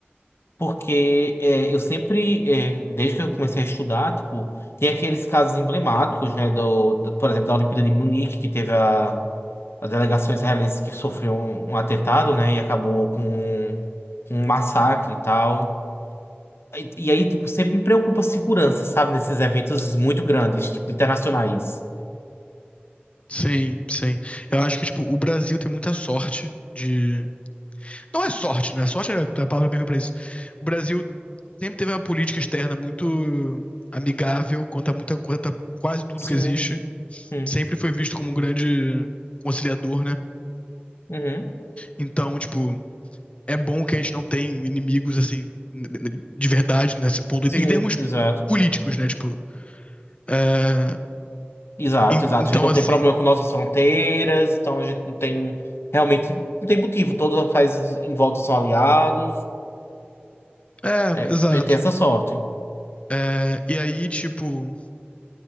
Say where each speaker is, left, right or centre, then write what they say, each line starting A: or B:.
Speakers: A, on the left; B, on the left.
A: Porque é, eu sempre, é, desde que eu comecei a estudar, tipo, tem aqueles casos emblemáticos, né, do, do- por exemplo, da Olimpíada de Munique, que teve a a delegação israelense que sofreu um, um atentado, né? E acabou com um, um massacre e tal. E, e aí, tipo, sempre me preocupa a segurança, sabe? Nesses eventos muito grandes, tipo, internacionais.
B: Sim, sim. Eu acho que, tipo, o Brasil tem muita sorte de. Não é sorte, né? Sorte é a palavra mesmo pra isso. O Brasil sempre teve uma política externa muito amigável quanto a muita coisa, quase tudo
A: Sim,
B: que existe.
A: hum,
B: Sempre foi visto como um grande conciliador, né?
A: uhum,
B: Então, tipo, é bom que a gente não tem inimigos, assim, n- n- de verdade, nesse ponto.
A: sim,
B: Em termos
A: exato.
B: políticos, né? Tipo, é,
A: Exato,
B: en-
A: exato.
B: então,
A: A gente não
B: assim.
A: tem problema com nossas fronteiras, então a gente não tem. Realmente não tem motivo. Todos os países em volta são aliados.
B: É,
A: É,
B: exato.
A: tem essa sorte.
B: É, e aí, tipo.